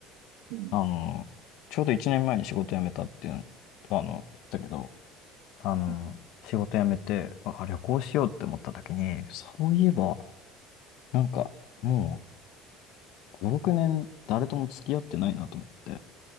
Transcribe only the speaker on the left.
あの、ちょうど1年前に仕事辞めたっていうの、あの、言ってたけど、あの、
仕事辞めて、あ、旅行しようって思った時に、そういえば、なんか、もう、5、6年、誰とも付き合ってないなと思って。